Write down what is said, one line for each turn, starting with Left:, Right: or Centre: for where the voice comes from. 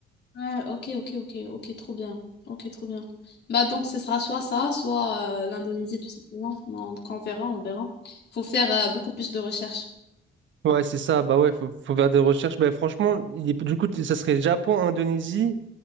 Left: ouais, ok, ok, ok, ok, trop bien. Ok, trop bien. Bah donc ce sera soit ça, soit euh, l'Indonésie tout simplement. Donc on verra, on verra. Faut faire euh, beaucoup plus de recherches.
Right: Ouais, c'est ça. Bah ouais, faut, faut faire des recherches. Bah franchement, il est- du coup, t- ça serait Japon, Indonésie